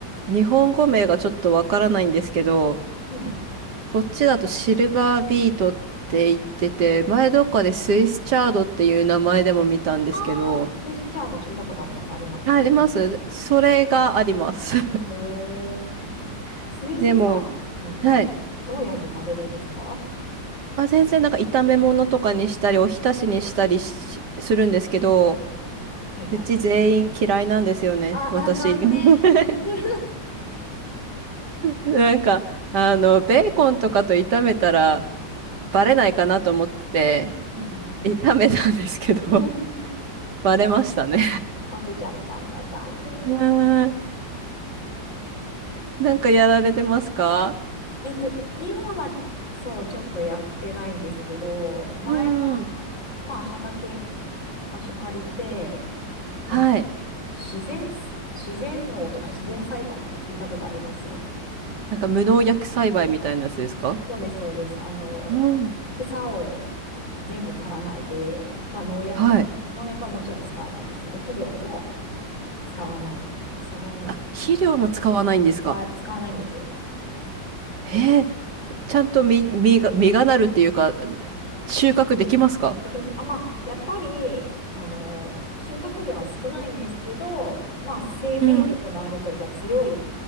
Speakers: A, on the right (about 65°); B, on the left (about 80°).
A: 日本語名がちょっとわからないんですけど、
B: ーうん
A: こっちだとシルバービートって言ってて、前どっかでスイスチャードっていう名前でも見たんですけど、
B: あ。ああ、スイスチャード聞いたことあります、あります。
A: ああります。
B: うん
A: それがあります。
B: へえ。
A: <laughs>
B: スイスパンとかってどうやって食べるんですか
A: でも、はい。あ、全然なんか炒め物とかにしたり、お浸しにしたりしするんですけど、
B: はいはい。
A: うち全員嫌いなんですよね、
B: あ、
A: 私。
B: あ、残念。
A: <laughs>
B: <laughs>
A: なんか、あの、ベーコンとかと炒めたらバレないかなと思って、
B: うんうんうんうん
A: 炒めたんですけど、
B: <laughs>
A: <laughs> バレましたね。
B: バレちゃったんだ。残念。
A: <laughs> はーいなんかやられてますか
B: へえ。えっと、今は、そう、ちょっとやってないんですけど、前は、
A: うん。
B: まあ、畑、場所借りて、えっと、
A: はい。
B: 自然、自然農とか自然栽培って聞いたことあります
A: なんか無農薬栽培みたいなやつですか
B: そうです、そうです。あの、
A: うん。
B: 草を全部刈らないで、まあ農薬とか、
A: はい。
B: 農薬はもちろん使わないんですけど、肥料も使わないみたいな、その、
A: あ、肥料も使わないんですか
B: あ使わないんですよ。
A: へえ、ちゃんと実、実が、実がなるっていうか、収穫できますか
B: できあ、まあ、やっぱり、その、収穫量は少ないんですけど、まあ、生命力のあるというか強い
A: うん。